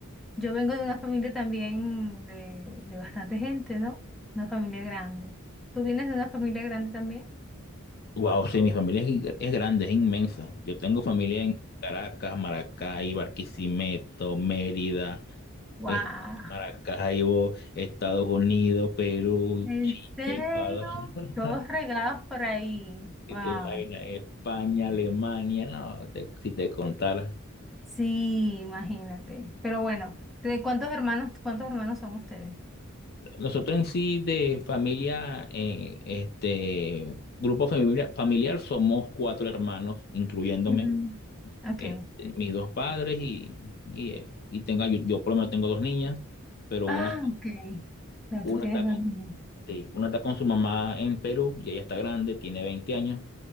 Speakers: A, in the centre; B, on the left.
A: yo vengo de una familia también de, de bastante gente, ¿no? Una familia grande. ¿Tú vienes de una familia grande también?
B: Wow, sí, mi familia es, in- es grande, es inmensa. Yo tengo familia en Caracas, Maracay, Barquisimeto, Mérida,
A: Ah,
B: es- Maracaibo, Estados Unidos, Perú,
A: ¿En
B: Chile,
A: serio?
B: Ecuador, <laughs>
A: Todos regados por ahí.
B: ¿qué
A: Wow.
B: te imaginas? España, Alemania, no, te- si te contara.
A: Sí, imagínate. Pero bueno, ¿de cuántos hermanos, cuántos hermanos son ustedes?
B: Nosotros en sí de familia, eh, este grupo familiar, familiar somos cuatro hermanos, incluyéndome.
A: Ujú. Ok.
B: este, mis dos padres y, y ella. Y tenga, yo, yo por lo menos tengo dos niñas, pero
A: Ah,
B: una,
A: ok. Ya
B: una
A: tú tienes
B: está
A: dos
B: con,
A: niños.
B: sí, una está con su mamá en Perú y ella está grande, tiene 20 años.